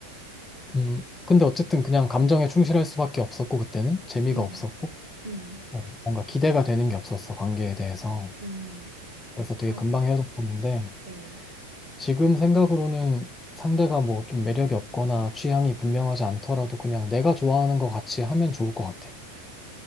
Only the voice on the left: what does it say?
음, 근데 어쨌든 그냥 감정에 충실할 수밖에 없었고, 그때는 재미가
없었고,
어, 뭔가 기대가 되는 게 없었어, 관계에 대해서.
그래서 되게
금방 헤어졌었는데,
지금 생각으로는 상대가 뭐 좀 매력이 없거나 취향이 분명하지 않더라도 그냥 내가 좋아하는 거 같이 하면 좋을 것 같아.